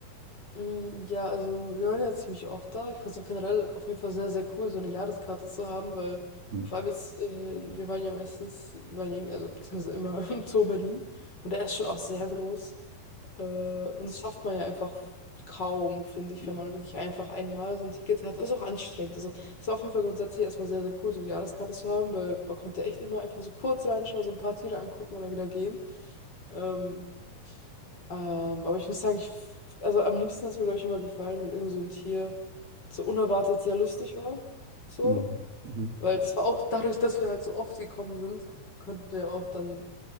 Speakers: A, on the left; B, on the right.
A: Mm, Ja, also wir waren ja ziemlich oft da. Ich fand es auch generell auf jeden Fall sehr, sehr cool, so eine Jahreskarte zu haben, weil
B: Mhm.
A: vor allem jetzt, äh, wir waren ja meistens, wir waren ja, also beziehungsweise immer <laughs> im Zoo Berlin und der ist schon auch sehr groß. Äh, und das schafft man ja einfach kaum, finde ich, wenn man wirklich einfach einmal so ein Ticket hat. Ist auch anstrengend. Also es war auf jeden Fall grundsätzlich erstmal sehr, sehr cool, so eine Jahreskarte zu haben, weil man konnte echt immer einfach so kurz reinschauen, so ein paar Tiere angucken und dann wieder gehen. Ähm, Ähm, aber ich muss sagen, ich, f- also am liebsten hat es mir, glaube ich, immer gefallen, wenn irgend so ein Tier so unerwartet sehr lustig war. So.
B: Mhm. Mhm.
A: Weil das war auch <laughs> dadurch, dass wir halt so oft gekommen sind, konnten wir auch dann